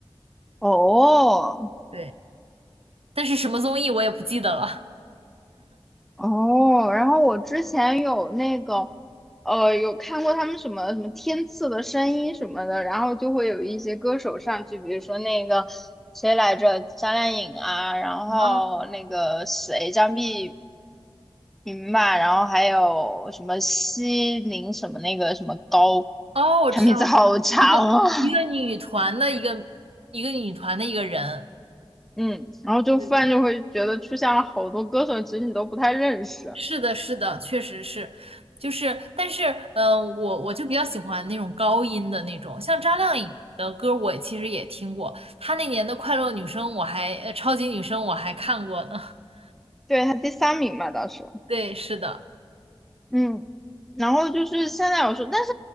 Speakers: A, in the centre; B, on the right (about 80°).
A: 哦，
B: 对，但是什么综艺我也不记得了。
A: 哦，然后我之前有那个，呃，有看过他们什么什么天赐的声音什么的，然后就会有一些歌手上去，比如说那个谁来着，张靓颖啊，然后那个谁张碧
B: 啊，
A: 云吧，然后还有什么西宁什么那个什么高，
B: 哦，我知道，
A: 他名字好长啊，
B: 我知道，一个一个女团的一个一个女团的一个人，
A: 嗯，然后就突然就会觉得出现了好多歌手，
B: 对对，
A: 其实你都不太认识。
B: 是的，是的，确实是，就是，但是，呃，我我就比较喜欢那种高音的那种，像张靓颖的歌，我其实也听过，她那年的《快乐女声》，我还，呃超级女声》我还看过呢。<laughs>
A: 对，他第三名嘛，当时，
B: 对，是的，
A: 嗯，然后就是现在有时候，但是